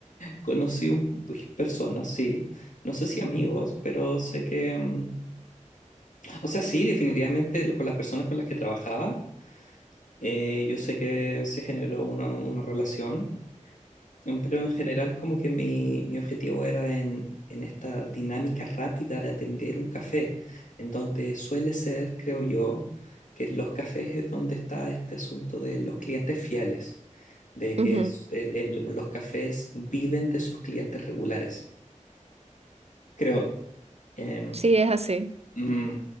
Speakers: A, on the left; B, on the right.
A: conocí un, pues, personas, sí. No sé si amigos, pero sé que. mm, O sea, sí, definitivamente el- con las personas con las que trabajaba, eh, yo sé que se generó una, una relación Em, Pero en general como que mi, mi objetivo era en, en esta dinámica rápida de atender un café, en donde suele ser, creo yo, que en los cafés es donde está este asunto de los clientes fieles, de que
B: Ujú, ujú.
A: es- eh, eh, los cafés viven de sus clientes regulares, creo. Em,
B: Sí, es así.
A: Mm,